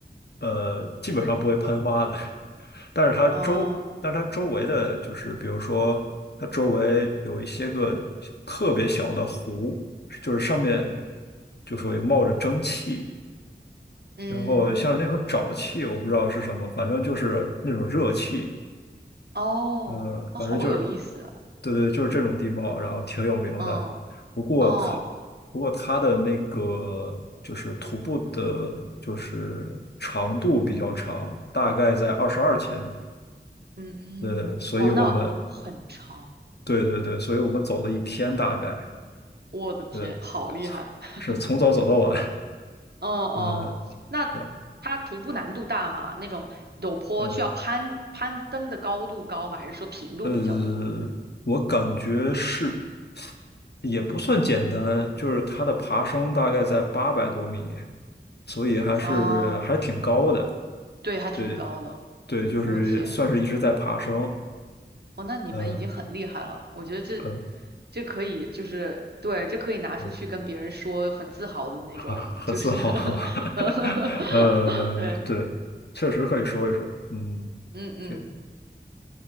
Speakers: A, on the left; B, on the right.
A: 呃，基本上不会喷发的。但是它周，
B: 哦。
A: 但是它周围的就是，比如说它周围有一些个特别小的湖，就是上面就属于冒着蒸汽，
B: 嗯，
A: 然后像是那种沼气，我不知道是什么，反正就是那种热气，
B: 哦，
A: 呃，
B: 哦，
A: 反正就是，
B: 好有意思啊，
A: 对对，就是这种地貌，然后挺有名的。
B: 嗯，
A: 不过它，
B: 哦，
A: 不过它的那个就是徒步的，就是长度比较长，大概在二十二千米。
B: 嗯，
A: 对，所以我们
B: 哇，那很长，
A: 对对对，所以我们走了一天大概，
B: 我的天，
A: 对，
B: 好厉害，<laughs>
A: 是从早走到晚，
B: 哦哦，
A: 嗯，
B: 那它徒步难度大吗？
A: 然后
B: 那种陡坡需要攀攀登的高度高吗？
A: 呃
B: 还是说平路比较多？
A: 呃，我感觉是也不算简单，就是它的爬升大概在八百多米，所以还是还挺高的，
B: 哦，对，还挺高的，
A: 对对，就是算是一直在爬升，
B: 我的天，哦，那你们已经很厉害了，
A: 嗯
B: 我觉得这
A: 呃
B: 这可以就是对，这可以拿出去跟别人说，
A: 嗯，
B: 很自豪的那种，
A: <laughs> 很自豪，
B: 就是 <laughs>
A: <laughs> 呃，
B: 对，
A: 对，确实可以说一说，嗯。
B: 嗯嗯，
A: 挺